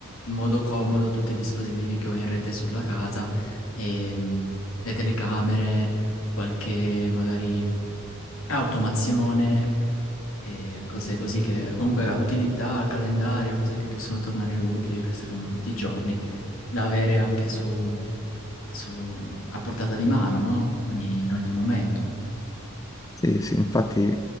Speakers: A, on the left; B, on the left.
A: in modo comodo tutti i dispositivi che ho in rete sulla casa, e, mm, le telecamere, qualche magari automazione e cose così che comunque la utilità, il calendario, cose che possono tornare utili, che servono tutti i giorni, da avere anche su, su- a portata di mano, no? Ogni- in ogni momento.
B: Sì, sì, infatti